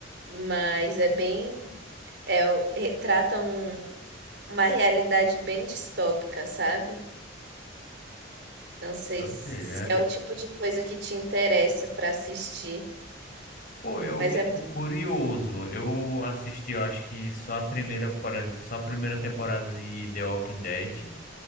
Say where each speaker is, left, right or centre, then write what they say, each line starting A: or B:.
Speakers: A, on the right; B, on the left.
A: mas é bem é, retrata um- uma realidade bem distópica, sabe? Não sei
B: Doideira.
A: se é o tipo de coisa que te interessa para assistir,
B: Pô, eu
A: mas
B: fico
A: é muito,
B: curioso. Eu assisti, eu acho que só a primeira, por exemplo, só a primeira temporada de The Walking Dead.